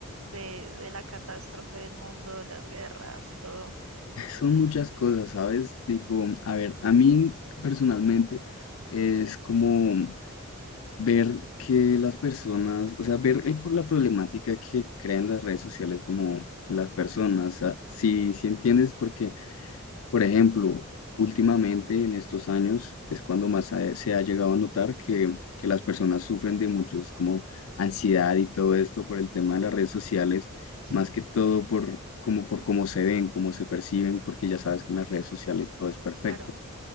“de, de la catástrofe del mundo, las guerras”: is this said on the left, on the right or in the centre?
Right